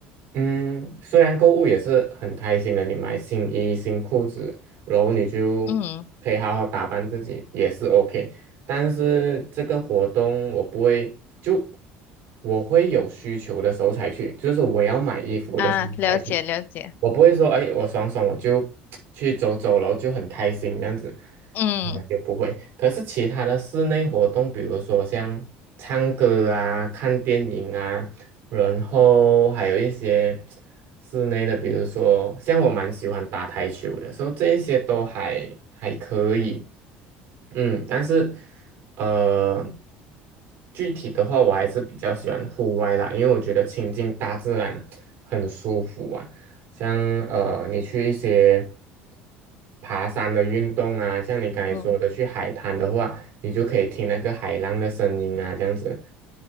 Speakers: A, on the right; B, on the left.
A: 嗯，虽然购物也是很开心的，你买新衣、新裤子，然后你就可以好好打扮自己，
B: 嗯嗯
A: 也是 OK。但是这个活动我不会，就我会有需求的时候才去，就是我要买衣服的时候嗯才去，
B: 啊，了解了解。
A: 我不会说，哎，我爽爽我就去走走了，然后就很开心这样子，
B: 嗯
A: 嗯，就不会。可是其他的室内活动，比如说像唱歌啊、看电影啊，然后还有一些室内的，比如说像我蛮喜欢打台球的，所以这一些都还还可以。嗯，但是呃，具体的话，我还是比较喜欢户外啦，因为我觉得亲近大自然很舒服啊。像呃，你去一些爬山的运动啊，像你刚才说的去海滩的话，
B: 嗯，
A: 你就可以听那个海浪的声音啊，这样子，